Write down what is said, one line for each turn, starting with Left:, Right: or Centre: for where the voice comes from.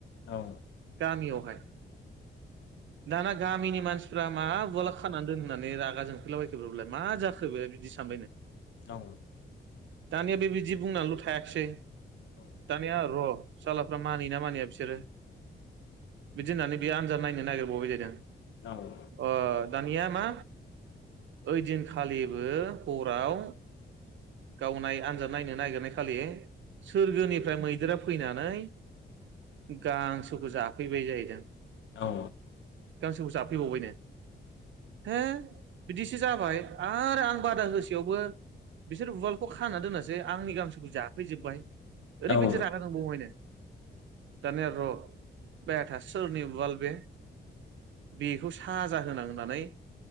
Left: औ
Right: गामियावहाय दाना गामिनि मानसि मानसिफ्रा मा उवाला खानानै दोन होननानै रागा जोंफैलाबायखो बेलाय मा जाखो बे बिदि सानबायनो
Left: औ
Right: दानिया बेबायदि बुंनानैल' थायाखिसै दानिया र' सालाफ्रा मानियो ना मानिया बिसोरो बिदि होननानै बेयो आनजाद नायनो नागिरबावबाय जाहैदों।
Left: औ
Right: अ दानिया मा ओइदिनखालिबो हराव गाव आनजाद नायनो नागिरनाय खालि सोरगोनिफ्राय मैदेरा फैनानै गां बुस्थुखौ जाफैबाय जाहैदों।
Left: औ
Right: <unintelligible> फैबावबाय नो हो बिदिसो जाबाय आरो आं बादा होसेयावबो बिसोर उवालखौ खाना दोनासै आंनि गांसोखौ जाफैजोबबाय। ओरैबायदि
Left: औ
Right: रागा जोंबावबायनो दानिया र' बेथा सोरनि उवाल बे बेखौ साजा होनां होननानै